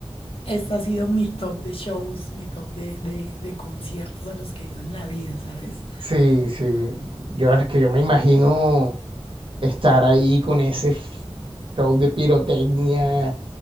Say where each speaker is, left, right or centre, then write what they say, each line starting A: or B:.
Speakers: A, on the left; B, on the right.
A: este ha sido mi top de shows, mi top de, de, de conciertos a los que he ido en la vida, ¿sabes?
B: Sí, sí. Yo es que yo me imagino estar ahí con ese f- show de pirotecnia,